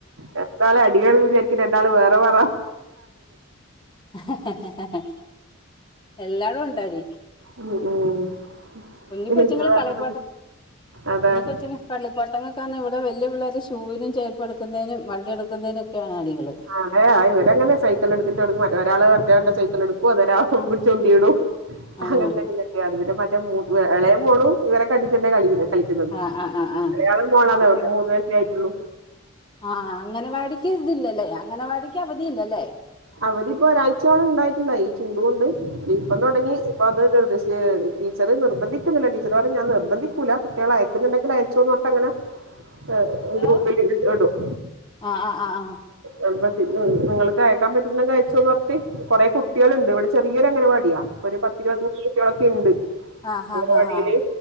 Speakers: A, on the right; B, on the left.
A: രണ്ടാള അടികാണുബോ വിചാരിക്കും രണ്ടാള് വേറെ വറ
B: <unintelligible> എല്ലാരുണ്ടടി
A: ഉം ഉം
B: കുഞ്ഞ്
A: പിന്നെ
B: കൊച്ചുങ്ങൾ
A: വേറെന്ത്
B: കളിപ്പാട്ട
A: അതെ
B: കുഞ്ഞിക്കൊച്ചുങ്ങ ക്കള്ളിപ്പട്ടങ്ങക്കാണെ ഇവിടെ വല്ല്യ പിള്ളേർ ഷുവിനും ചേർപ്പ് എടുക്കുന്നയിനും മണ്ടി എടുക്കുന്നയിനുംക്കെണ് അടികള്
A: കൊറേ ആയി ഇവരെങ്ങനെ സൈക്കിള് ഇടുതിട്ട്ടങ്ങും മറ്റ ഒരാൾ മറ്റോന്റെ സൈക്കള് എടുക്കും അതരാൾ അതരാകു ചുന്തിടും
B: ആഹ്
A: അങ്ങൻത്തെ അത് പിന്നെ മറ്റേ മൂ
B: ആഹ്
A: എളേ മോളും ഇവരെക്കയിട്ടെന്നെ കളി കളിക്കുന്നത്
B: ആഹ് ആഹ്
A: മലയാളം പോളാണ്
B: ആഹ്
A: അവർക്ക് മൂന്ന് വയസേ ആയിട്ടോള്ളൂ
B: ആഹ് അംഗനവാടിക്ക് ഇതില്ലലേ അംഗനവാടിക്ക് അവധി ഇല്ലലേ
A: അവധി ഇപ്പൊ ഒരാഴ്ചണ്ടായിട്ട്ണ്ടായി ഈ ചൂടകൊണ്ട് ഇപ്പം തോടങ്ങി ഇപ്പൊ അത് അതോരുസിയേ ടീച്ചർ നിർബന്ധിക്കുന്നില്ല ടീച്ചർ പർഞ്ഞ് ഞാൻ നിർബന്ധിക്കൂല കുട്ട്യോളെ അയക്കുന്നുണ്ടെങ്കിൽ അയച്ചോന്നർഞ്ഞിട്ടങ്ങനെ ആഹ്
B: എന്തോ
A: ഗ്രൂപ്പില് ഇട് ഇടും
B: ആഹ് ആഹ് ആഹ് ആഹ്
A: നമ്മ <unintelligible> നിങ്ങക്ക് അയക്കാൻ പറ്റുന്നങ്കി അയച്ചോന്നർണിട്ട് കൊറെ കുട്ട്യോൾണ്ട് ഇവിടെ ചെറിയൊരു അങ്ങനവാടിയാ ഒരു പത്തിരുപത്തി മൂന്ന് കുട്ട്യോ ളൊക്കെ ഇണ്ട്
B: ആഹ്
A: അങ്ങന
B: ആഹ് ആഹ്
A: വാടിയില്
B: ആഹ്